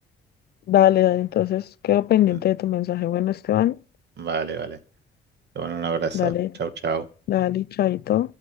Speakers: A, on the left; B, on the right.
A: Dale, dale, entonces quedo pendiente
B: Mm,
A: de tu mensaje. Bueno, Esteban,
B: Vale, vale. Te mando un abrazo.
A: dale,
B: Chau, chau.
A: dale, chaito.